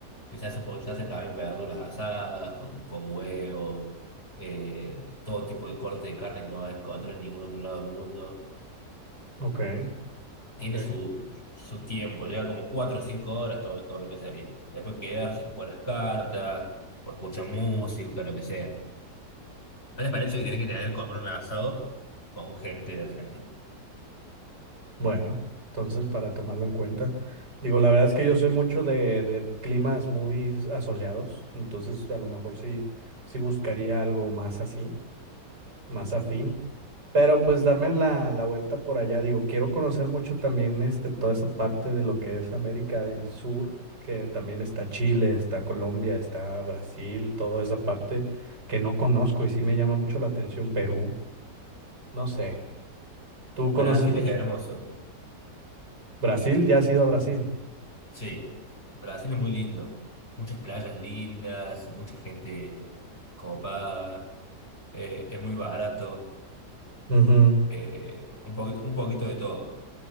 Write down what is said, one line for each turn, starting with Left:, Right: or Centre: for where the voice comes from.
Left: que se hace, porque se hacen también verduras asadas, con, con huevo, eh, todo tipo de corte de carne que no vas a encontrar en ningún otro lado del mundo
Right: ok,
Left: tiene
Right: ok.
Left: su, su tiempo, lleva como cuatro o cinco horas todo, todo lo que sería. Después quedarse, jugar las cartas, o escuchar música, lo que sea. Una experiencia que tiene que tener comprar un asado con gente de Argentina.
Right: Bueno, entonces para tomarlo en cuenta. Digo, la verdad es que yo soy mucho de, de climas muy asoleados, entonces a lo mejor sí, sí buscaría algo más así, más afín. Pero pues darme la, la vuelta por allá, digo, quiero conocer mucho también este, toda esa parte de lo que es América del Sur, que también está Chile, está Colombia, está Brasil, toda esa parte que no conozco y sí me llama mucho la atención. Perú, no sé, tú
Left: Brasil
Right: conoces mucho
Left: es hermoso,
Right: Brasil, ya has ido a Brasil.
Left: sí. Brasil es muy lindo. Muchas playas lindas, mucha gente copada, eh, es muy barato,
Right: Ujú,
Left: eh, un poquito, un poquito de todo.